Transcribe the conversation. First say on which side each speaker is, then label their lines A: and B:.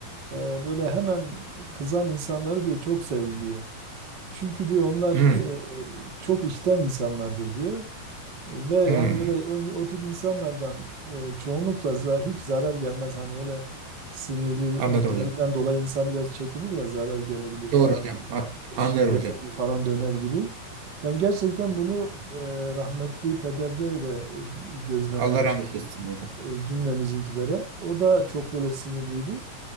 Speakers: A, on the right (about 35°); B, on the right (about 65°).
A: e, böyle hemen kızan insanları diyor çok sevin diyor. Çünkü diyor onlar
B: Hmm,
A: e, çok içten insanlardır diyor. Ve yani
B: hmm.
A: böyle o, o tip insanlardan e, çoğunlukla za- hiç zarar gelmez. Hani öyle sinirliliklerinden
B: Anladım hocam.
A: dolayı insan biraz çekinir ya zarar gelebilir
B: Doğru
A: falan
B: hocam. Ha, Anlıyorum
A: şiddete
B: hocam.
A: mi falan döner gibi. Ben gerçekten bunu e, rahmetli pederde de gözlemlemiştim
B: Allah rahmet etsin hocam.
A: e, cümlemizinkilere. O da çok böyle sinirliydi.